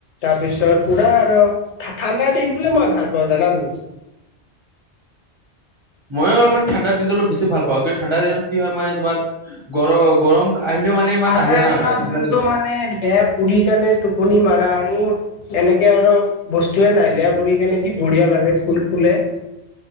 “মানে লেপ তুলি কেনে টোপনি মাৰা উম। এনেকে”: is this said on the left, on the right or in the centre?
Left